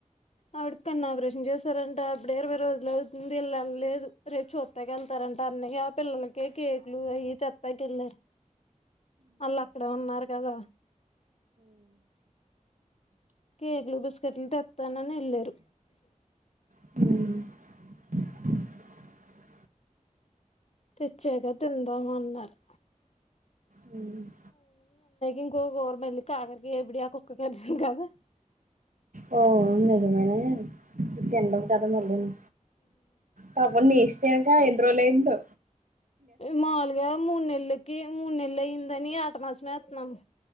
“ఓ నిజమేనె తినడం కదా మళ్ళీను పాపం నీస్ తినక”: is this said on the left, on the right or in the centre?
Right